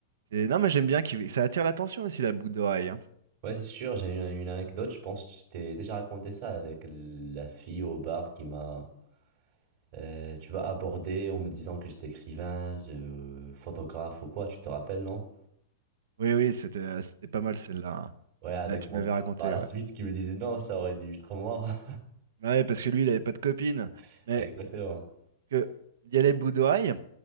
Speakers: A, on the right; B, on the right.
A: et non, mais j'aime bien qu'il, ça attire l'attention aussi la boucle d'oreille. hein.
B: Ouais, c'est sûr, j'ai une, une anecdote, je pense que je t'ai déjà raconté ça avec la fille au bar qui m'a, euh, tu vas aborder en me disant que j'étais écrivain, je- photographe ou quoi, tu te rappelles, non?
A: Oui, oui, c'était, c'était pas mal celle-là. hein.
B: Ouais, avec
A: Euh, Tu
B: mon
A: me l'avais
B: pote
A: raconté,
B: par la
A: ouais.
B: suite qui me disait non, ça aurait dû être moi.
A: Ouais, parce que lui, il avait pas de copine,
B: <laughs>
A: mais
B: Exactement.
A: que il y a les boucles d'oreilles.